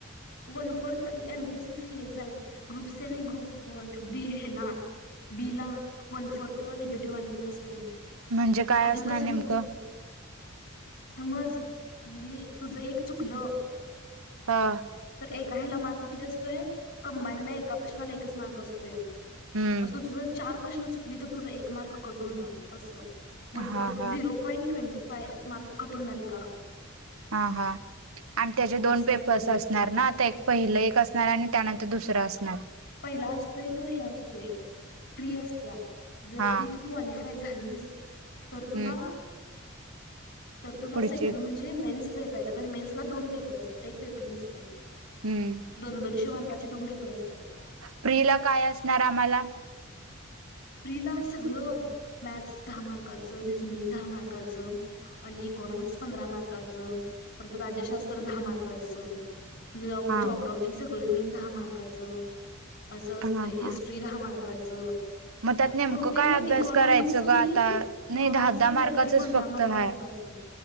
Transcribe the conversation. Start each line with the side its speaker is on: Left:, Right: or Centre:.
Left: One fourth M P S C च हेच आय ग्रुप सी आणि ग्रुप बी हेला बी ला वन फोरथ निगेटिव्ह मार्किंग असतंय
Right: म्हणजे काय
Left: आधीपासूनच
Right: असणार नेमकं
Left: असतंय. समज जरी तुझं एक चुकलं.
Right: हा.
Left: तर एका ह्याला मार्क किती असतोय कम्बाईनला एका प्रश्नाला एकच मार्क असतोय.
Right: हम्म
Left: अस तुझ जर चार प्रश्न चुकली तर तुझं एक मार्क कट होणार असं. वन
Right: हा
Left: फोर
Right: हा
Left: zero point twenty five mark cut होणार एक
Right: हा हा आणि त्याचे दोन
Left: असायचे
Right: पेपर्स असत असणार ना आता एक पहिलं एक असणार आणि त्यानंतर दुसरं असणार?
Left: पहिला असतोय तो हे असतोय प्रि असत्या जर
Right: हा
Left: ती तू क्वालिफाय झालीस तर
Right: हम्म
Left: तुला तर तुला
Right: पुढची
Left: सेकंड म्हणजे मेन्स देता येत मेन्सला दोन पेपर असतात एक पेपर नसतो.
Right: हम्म
Left: दोन- दोनशे मार्गाचे दोन पेपर असत्यात.
Right: प्रि ला काय असणार आम्हाला?
Left: प्रि ला सगळं मॅथस दहा, मार्काचं रिझनिंग दहा मार्काचं आणि इकॉनॉमिक्स पंधरा मार्काचं, परत राज्यशास्त्र दहा मार्काचं
Right: हा
Left: जॉग्राफी
Right: हा
Left: सगळ मिळून दहा मार्काचं असं असत.
Right: हा
Left: हिस्ट्री
Right: हा
Left: दहा मार्क कच.
Right: मग त्यात नेमकं
Left: बहुतेक
Right: काय अभ्यास
Left: इकॉनॉमिक्स
Right: करायचं
Left: आणि
Right: ग आता नाही
Left: इकॉनॉमिक्स
Right: दहा दहा
Left: आणि
Right: मार्काचच
Left: पॉलिटी पंधरा
Right: फक्त
Left: पंधरा
Right: हाय.
Left: मार्काचा.